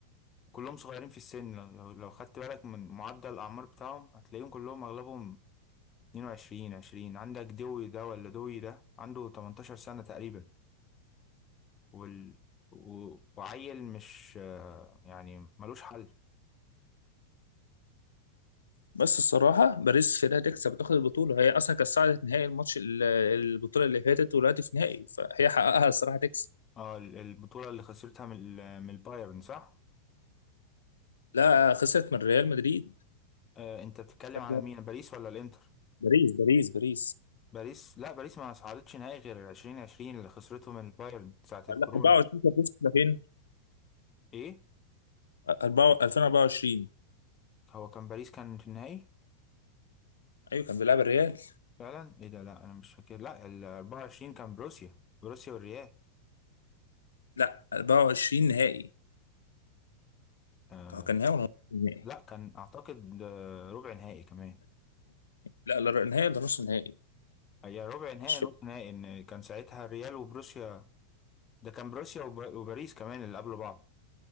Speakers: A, on the left; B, on the left.
A: كلهم صغيرين في السن لو لو خدت بالك من معدل الأعمار بتاعهم هتلاقيهم كلهم أغلبهم 22 20 عندك دوي ده ولا دوي ده عنده 18 سنة تقريبا وال... و... وعيل مش آه، يعني ملوش حل
B: بس الصراحه باريس كده هتكسب وتاخد البطوله هي اصلا كانت صعدت نهائي الماتش ال- البطوله اللي فاتت ودلوقتي في نهائي فهي حققها الصراحه تكسب
A: اه ال- البطولة اللي خسرتها من ال- من البايرن صح؟
B: لا خسرت من ريال مدريد
A: آه، انت بتتكلم
B: فرق
A: على مين باريس ولا الانتر؟
B: باريس باريس باريس
A: باريس لا باريس ما صعدتش نهائي غير 2020 اللي خسرته من بايرن ساعة الكورونا
B: لا 24 كانت وصلت لفين؟
A: ايه
B: أربعة- 2024
A: هو كان باريس كان في النهائي
B: ايوه كان بيلعب الريال
A: فعلا ايه ده لا انا مش فاكر لا ال 24 كان بروسيا بروسيا والريال
B: لا 24 نهائي
A: آه
B: هو كان نهائي ولا نص نهائي
A: لا كان اعتقد آه، ربع نهائي كمان
B: لا لا نهائي ولا نص نهائي
A: هي ربع نهائي
B: مش فاكر
A: نص نهائي ان كان ساعتها الريال وبروسيا ده كان بروسيا وب- وباريس كمان اللي قبل بعض